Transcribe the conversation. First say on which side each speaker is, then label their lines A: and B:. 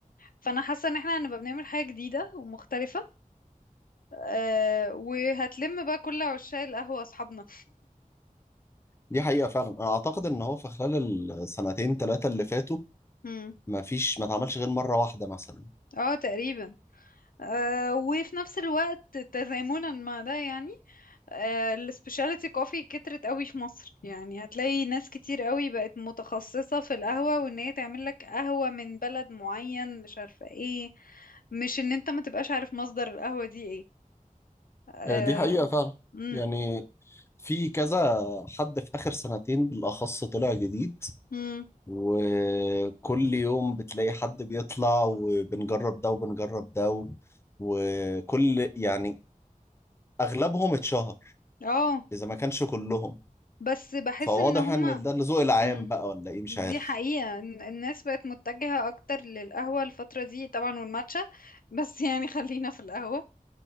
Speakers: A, on the left (about 80°); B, on the left (about 20°).
A: فانا حاسة ان احنا هنبقى بنعمل حاجة جديدة ومختلفة أه وهتلم بقى كل عشاق القهوة اصحابنا
B: دي حقيقة فعلا انا اعتقد ان هو في خلال السنتين ثلاثة اللي فاتوا
A: مم.
B: ما فيش ما اتعملش غير مرة واحدة مثلا
A: اه تقريبا أه وفي نفس الوقت تزامنا مع ده يعني السبيشاليتي كوفي كترت قوي في مصر يعني هتلاقي ناس كتير قوي بقت متخصصة في القهوة وان هي تعمل لك قهوة من بلد معين مش عارفة ايه مش ان انت ما تبقاش عارف مصدر القهوة دي ايه اه
B: آه، دي حقيقة فعلا
A: مم،
B: يعني في كذا حد في اخر سنتين بالاخص طلع جديد
A: مم،
B: وكل يوم بتلاقي حد بيطلع وبنجرب ده وبنجرب ده و- وكل يعني اغلبهم اتشهر
A: آه،
B: اذا ما كانش كلهم
A: بس بحس
B: فواضح
A: ان هما
B: ان ده الذوق العام
A: مم،
B: بقى ولا ايه مش
A: دي
B: عارف
A: حقيقة إن الناس بقت متجهة اكتر للقهوة الفترة دي طبعا والماتشا بس يعني خلينا في القهوة